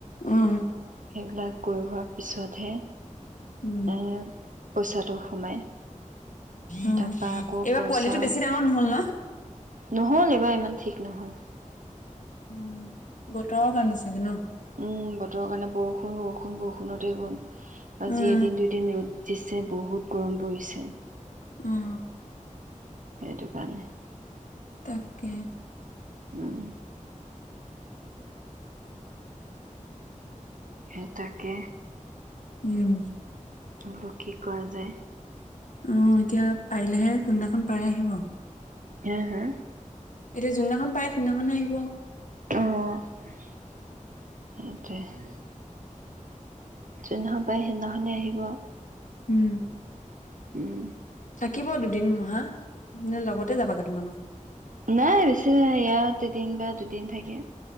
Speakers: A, on the left; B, on the right.
A: অঁ।
B: সেইবিলাক কৰি হোৱাৰ পিছতহে।
A: উম
B: এ পইছাটো সোমাই।
A: উ এইবাৰ
B: তাৰপা আকৌ পইচা
A: পোৱালিটো বেছি ডাঙৰ নহল ন?
B: নহ'ল এইবাৰ ইমান ঠিক নহল।
A: উম, বতৰৰ কাৰণে চাগে ন?
B: উ বতৰৰ কাৰণে। বৰষুণ বৰষুণ বৰষুণতে গ'ল। আজি
A: উম।
B: এদিন দু দিন ৰ'দ দিছে বহুত গৰম পৰিছে।
A: উম।
B: সেইটো কাৰণে।
A: তা কে।
B: উম। হে তাকে।
A: উম।
B: বোলো কি কৰা যায়?
A: উ এতিয়া পাৰিলেহে, কোনদিনাখন পাৰে আহিব।
B: হে হে?
A: এতিয়া যোনদিনাখন পায় সুনদিনাখনহে আহিব।
B: অঁ, যুননাখন পায় সেইনাখনে আহিব।
A: উম।
B: উম।
A: থাকিব দুদিন মহা নে লগতে যাবাগে তোমালোক
B: নাই বেছি নাই ইয়াত এদিন বা দুদিন থাকিম।